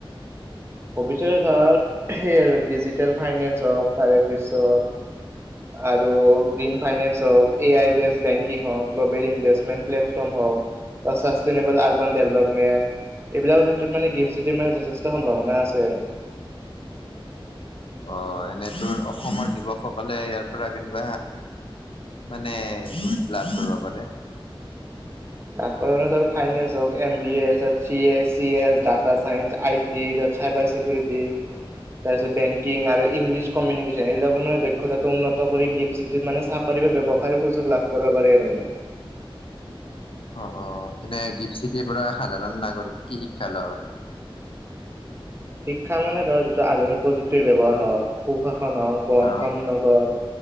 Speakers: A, on the right; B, on the left.
A: ভবিষ্যতে ধৰ, সেইয়ে আৰু ডিজিটেল ফাইনেন্স হওক তাৰে পিছত আৰু গ্ৰীণ ফাইনেন্স হওক। এ আই বেছড বেংকিং হওক, গ্ল'বেল ইনভেষ্টমেট প্লেটফৰ্ম হওক। বা চাষ্টেইনেবল আৰ্বান ডেভেলপমেণ্ট, এইবিলাকৰ ক্ষেত্ৰত মানে গিফট চিটিৰ মানে যথেষ্ট সম্ভাৱনা আছে। আছে আৰু।
B: অ এনে তোৰ অসমৰ যুৱকসকলে ইয়াৰ পৰা কেনেকুৱা মানে, লাভ কৰিব পাৰে?
A: তাৰ পৰানো তোৰ ফাইনেন্স হওঁক, এম বি এ আছে, C A, C S, data science আই তিৰ চাইভাৰ চিকৰিতি তাৰপিছত বেংকিং আৰু ইংলিছ কমিউনিকেশন এইবিলাকৰ মানে দক্ষতাটো উন্নত কৰি গিফ্ট চিটিত মানে চাকৰি বা ব্যৱসায়ৰ সুযোগ লাভ কৰিব পাৰে আৰু মানে।
B: অ অ এনে গিফট চিটিৰ পৰা সাধাৰণ নাগৰিক কি শিক্ষা লব পাৰে?
A: শিক্ষা মানে ধৰ যিটো আধুনিক প্ৰযুক্তিৰ ব্যৱহাৰ হওক, সুশাসন হওক, বনক্ষম
B: অ'
A: ন গৰ,